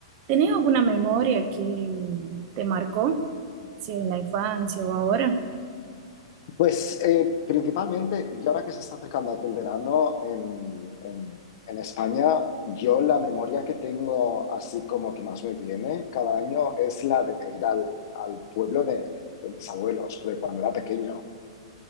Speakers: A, on the right (about 30°); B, on the left (about 45°).
A: ¿Tenés alguna memoria que te marcó, sea en la infancia o ahora?
B: Pues eh, principalmente, y ahora que se está acercando aquel verano en, en- en España, yo la memoria que tengo, así como que más me viene cada año, es la de ir al, al pueblo de, de mis abuelos, de cuando era pequeño.